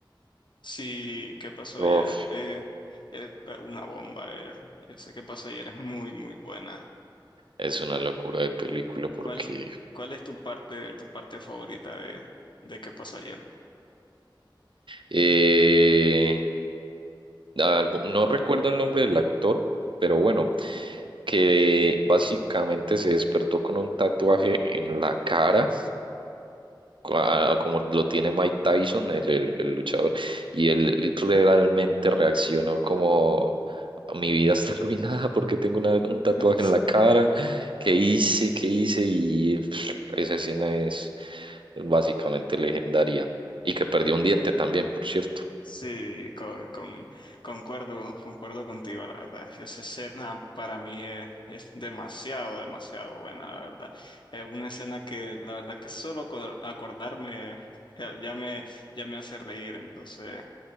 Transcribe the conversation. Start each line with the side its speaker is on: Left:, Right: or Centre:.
Left: Sí, ¿qué pasó
Right: Uf,
Left: ayer? Eh, es una bomba, eh. Ese que pasó ayer es muy, muy buena.
Right: es una locura de película porque
Left: ¿Cuál, cuál es tu parte, tu parte favorita de, de qué pasó ayer?
Right: eh, algo- no recuerdo el nombre del actor, pero bueno, que básicamente se despertó con un tatuaje en la cara, cua- como lo tiene Mike Tyson, el, el- el luchador, y él realmente reaccionó como... Mi vida está <laughs> arruinada porque tengo una- un tatuaje
Left: <laughs>
Right: en la cara. ¿Qué hice? ¿Qué hice? Y pff, esa escena es básicamente legendaria. Y que perdió un diente también, por cierto.
Left: Sí, con, con- concuerdo, concuerdo contigo, la verdad. Esa escena para mí es, es demasiado, demasiado buena, la verdad. Es una escena que la verdad que solo co- acordarme ya, ya me, ya me hace reír. Entonces,